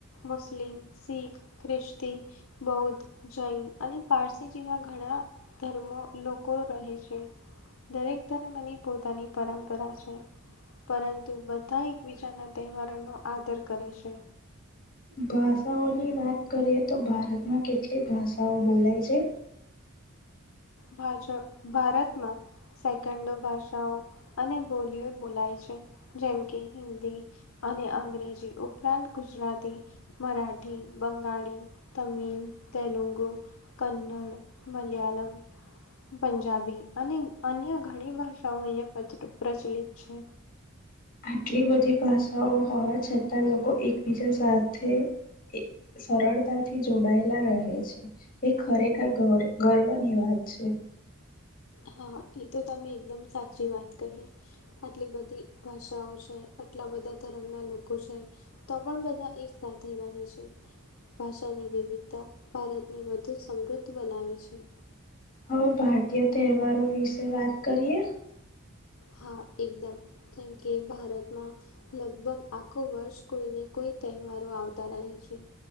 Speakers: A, on the left; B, on the left.
A: મુસ્લિમ સીખ ખ્રિસ્તી બૌદ્ધ જૈન અને પારસી જેવા ઘણા ધર્મો લોકો રહે છે. દરેક ધર્મની પોતાની પરંપરા છે પરંતુ બધા એકબીજાના તહેવારો નો આદર કરે છે.
B: ભાષાઓની વાત કરીએ તો ભારતમાં કેટલી ભાષાઓ બોલાય છે.
A: ભાજપ ભારતમાં <inaudible> સેકન્ડો ભાષાઓ અને બોલીઓ બોલાય છે. જેમ કે હિન્દી અને અંગ્રેજી ઉપરાંત ગુજરાતી મરાઠી બંગાળી તમિલ તેલુગુ કન્નડ મલયાલમ પંજાબી અને અન્ય ઘણી ભાષાઓ અહીંયા પ્રચ પ્રચલિત છે.
B: આટલી બધી ભાષાઓ હોવા છતાં લોકો એકબીજા સાથે એ સરળતાથી જોડાયેલા રહે છે એ ખરેખર <unintelligible> ગર્વની વાત છે.
A: હા એ તો તમે એકદમ સાચી વાત કહી આટલી બધી ભાષાઓ છે આટલા બધા ધર્મ ના લોકો છે. તો પણ બધા એક સાથે રહે છે. ભાષાની વિવિધતા ભારતને વધુ સમૃદ્ધ બનાવે છે.
B: હવે ભારતીય તહેવારો વિશે વાત કરીએ
A: હા એકદમ જેમ કે ભારતમાં લગભગ આખો વર્ષ કોઈને કોઈ તહેવારો આવતા રહે છે.